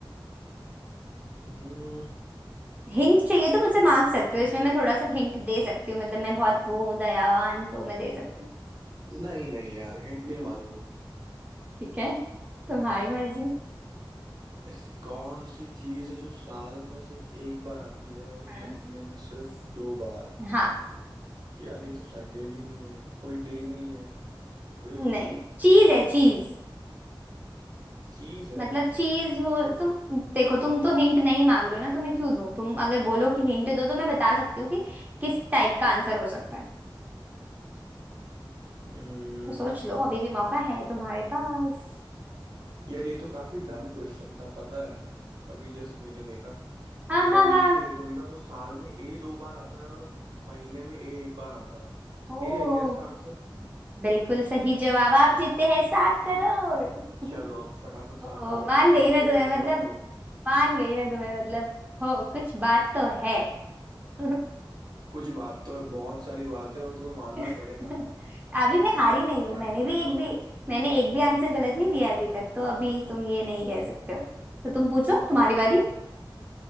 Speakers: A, on the right; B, on the right.
A: हम्म
B: हिंट चाहिए तो मुझसे मांग सकते हो इसमें मैं थोड़ा सा हिंट दे सकती हूँ मतलब मैं बहुत वो हूँ दयावान तो मैं दे सकती हूँ
A: नहीं नहीं यार हिंट
B: <laughs>
A: नहीं मारूंगा
B: ठीक है तुम्हारी मर्जी
A: ऐसी कौन सी चीज है जो साल में सिर्फ एक बार आती है और
B: हम्म
A: महीने में सिर्फ दो बार
B: हाँ
A: यार ये तो संडे भी नहीं है कोई डे नहीं है कोई
B: नहीं चीज
A: विकेश
B: है चीज
A: चीज है
B: मतलब चीज हो तुम देखो तुम तो हिंट नहीं मांग रहे हो ना तो मैं क्यों दूं तुम अगर बोलो कि हिंट दो तो मैं बता सकती हूँ कि किस टाइप का आंसर हो सकता है
A: हम्म,
B: तो सोच लो अभी भी मौका है तुम्हारे पास
A: यार ये तो काफी डम क्वेश्चन था पता है अभी जस्ट मैंने देखा
B: हाँ
A: एक
B: हाँ
A: बार लिख
B: हाँ
A: के देखोगे ना तो साल में ए दो बार आता है और महीने में ए एक बार आता है
B: ओ
A: ए है क्या इसका आंसर
B: बिल्कुल सही जवाब आप जीते हैं सात करोड़
A: चलो
B: <laughs>
A: अब फटाफट सात
B: ओ
A: करोड़
B: मान
A: मुझे
B: गई
A: दे
B: मैं
A: दो
B: तुम्हें
A: और जाओ
B: मतलब
A: तुम
B: मान गई मैं तुम्हें मतलब हो कुछ बात तो है <laughs>
A: कुछ बात तो है बहुत सारी बात है और तुम्हें मानना
B: <laughs>
A: पड़ेगा
B: अभी मैं हारी नहीं हूं
A: चैंपियन
B: मैंने भी एक
A: हूँ आखिर
B: भी मैंने एक भी आंसर गलत नहीं दिया अभी तक तो अभी तुम ये नहीं कह सकते हो तो तुम पूछो तुम्हारी बारी